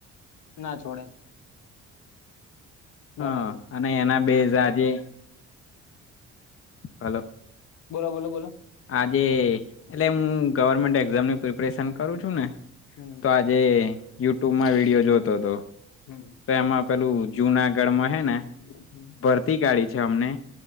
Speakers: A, on the left (about 80°); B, on the left (about 45°).
A: ના છોડે
B: હા
A: બરાબર
B: અને એના બેઝ આજે હલો
A: બોલો બોલો બોલો
B: આજે એટલે હું ગવર્મેન્ટ એક્ઝામની પ્રિપરેશન કરું છું ને
A: હમ
B: તો આજે યુટ્યુબમાં વિડીયો જોતો હતો
A: હમ
B: એમાં પેલું જુનાગઢ માં હે ને
A: હમ
B: ભરતી કાઢી છે અમને